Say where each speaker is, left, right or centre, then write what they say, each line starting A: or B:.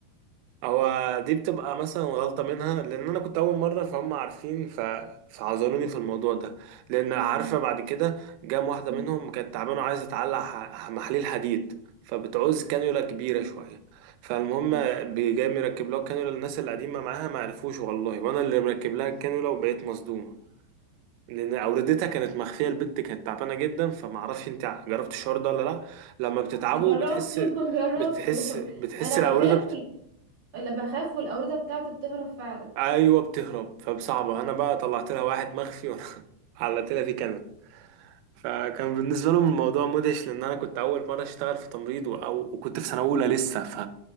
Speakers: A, on the right (about 85°); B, on the right (about 55°).
A: هو دي بتبقى مثلا غلطة منها لأن أنا كنت أول مرة فهم عارفين ف... فعذروني في الموضوع ده لأن عارفة
B: مم.
A: بعد كده جام واحدة
B: مم.
A: منهم كانت تعبانة وعايزة تعلق ح... محاليل حديد فبتعوز كانيولا كبيرة شوية فالمهم
B: مم.
A: بي- جاي مركب لها الكانيولا الناس اللي قاعدين معاها ما عرفوش والله وأنا اللي مركب لها الكانيولا وبقيت مصدومة لأن أوردتها كانت مخفية البت كانت تعبانة جدا فما أعرفش أنت جربت الشعور ده ولا لأ لما بتتعبوا
B: جربته
A: بتحس
B: <laughs> جربته
A: بتحس بتحس
B: انا
A: الأوردة
B: بخاف وال- اللي بخاف والاوردة بتاعتي بتهرب فعلا
A: ايوه بتهرب فبصعبه انا بقى طلعت لها واحد مخفي <laughs> وعلقت لها فيه كنب فكان بالنسبه لهم الموضوع مدهش لان انا كنت اول مره اشتغل في تمريض و- أو وكنت في سنه اولى لسه ف